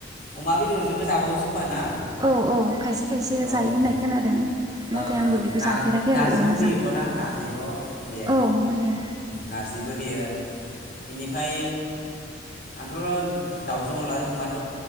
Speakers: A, on the left; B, on the right.
A: अमा बेदरजोंबो जाबावोसो खोमा ना
B: औ औ खायसे खायसे
A: औ
B: जायो
A: ओं
B: होननाय खोनादों
A: ओं
B: नाथाय आंबो बेखौ जाफेराखै
A: नारजिबो
B: आरो अमाजों
A: होयोथ'ना नारजिबो बेयाय
B: औ होयो
A: नारजिबो होयो बिनि ओमफ्राय आंथ' दाउजों अनलाजों संबाथ'